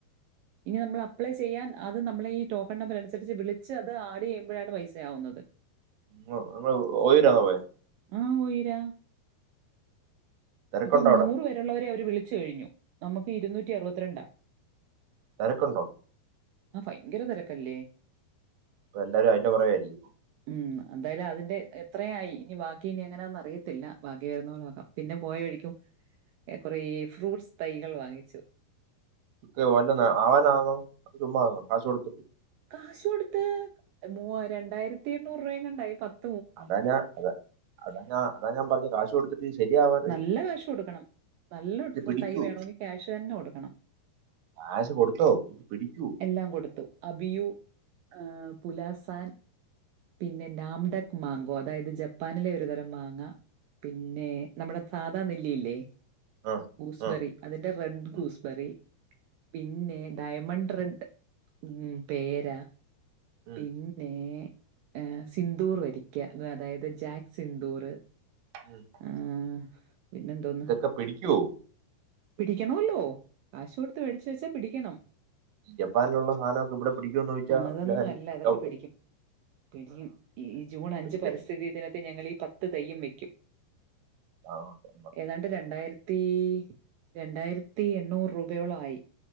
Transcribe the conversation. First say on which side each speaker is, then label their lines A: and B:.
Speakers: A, on the right; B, on the right.
A: ഇനി നമ്മള് അപ്ലെ ചെയ്യാൻ അത് നമ്മളെ ഈ ടോക്കൺ നമ്പർ അനുസരിച്ച് വിളിച്ച് അത് ആഡ് ചെയ്യുമ്പോഴാണ് പൈസ ആവ്ന്നത്
B: ഓ <unintelligible> പോയേ
A: ആഹ് ഓയുരാ
B: തിരക്കുണ്ടോ
A: ഇപ്പം
B: അവിടെ
A: നൂറ് വെരേ ഒള്ളവരെ അവര് വിളിച്ച് കയിഞ്ഞു നമ്മക്ക് ഇരുന്നൂറ്റി അറുപത്തിരണ്ടാ
B: തോരക്ക് ഒണ്ടോ
A: ആഹ് ബയങ്കര തോരക്ക് അല്ലേ
B: ഒപ്പേ എല്ലാരും അയിന്റെ പോറവേ അല്ലേ
A: ഉം എന്തായാലും അതിന്റെ എത്രയായി ഇനി ബാക്കി ഇനി എങ്ങനാന്ന് അറിയത്തില്ലാ ബാക്കി വേര്ന്നാ പോലെ നോക്കാം പിന്നെ പോയവഴിക്ക് കൊറെ ഈ ഫ്രൂട്ട്സ് തൈകള് വാങ്ങിച്ച്
B: ഇത് വല്ലാം ആവാനാണോ അത് ചുമ്മാങ്ങോ കാശ് കൊട്
A: കാശ് കൊടുത്ത് മൂയാ രണ്ടായിരത്തി എണ്ണൂറ് രൂപങ്ങണ്ടായി പത്ത
B: അതാ ഞാൻ അത അതാ ഞാൻ അതാ ഞാൻ പറഞ്ഞ് കാശ് കൊട് ശേരിയാവാ
A: നല്ല കാശ് കൊടുക്കണം. നല്ല ഫ്
B: <inaudible>
A: തൈ വേണമെങ്കിൽ ക്യാഷ് തന്നെ കൊടുക്കണം.
B: കാശ് കൊടുത്തോ പിടിക്കുയൊ
A: എല്ലാം കൊടുത്തു അബിയു ആഹ് പുലാസാൻ പിന്നെ <unintelligible> മാങ്കോ അതായത് ജപ്പാനിലെ ഒര്തരം മാങ്ങാ പിന്നെ നമ്മടെ സാധാ നെല്ലി ഇല്ലേ
B: ആഹ്
A: ഗൂസ്ബെറി
B: ആഹ്
A: അതിന്റെ റെഡ്
B: ഉം
A: ഗൂസ്ബെറി പിന്നെ ഡയമണ്ട് റെഡ് ഉം പേരാ
B: ഉം
A: പിന്നെ യെ സിന്ദൂർ വരിക്ക്യാ അതായത് ജാക്ക് സിന്ദൂർ
B: <unintelligible>
A: ആഹ് പിന്നെ എന്തോന്ന്
B: ഇതൊക്കെ പിടിക്കുവോ
A: പിടിക്കണല്ലോ കാശു കൊടുത്ത് മോടിച്ച് വെച്ചാ പിടിക്കണം
B: ഈ ജപ്പാനിലോള്ള സാനോക്കെ ഇവടെ പിടിക്കന്നോ ചോയീച്ചാ
A: ആ, അതൊന്നും
B: എനിക്ക്
A: അല്ല അതൊക്കെ
B: ഡൌട്ട്
A: പിടിക്കും പിടിക്കും ഈ ജൂൺ അഞ്ച്
B: പിടിക്കട്ടെ
A: പരിസ്ഥിതി ദിനത്തി ഞങ്ങള് ഈ പത്ത് തെയ്യം വെക്കും
B: ആഹ് ഓക്കെ
A: ഏതാണ്ട് രണ്ടായിരത്തി രണ്ടായിരത്തി എണ്ണൂറ് രൂപയോളം ആയി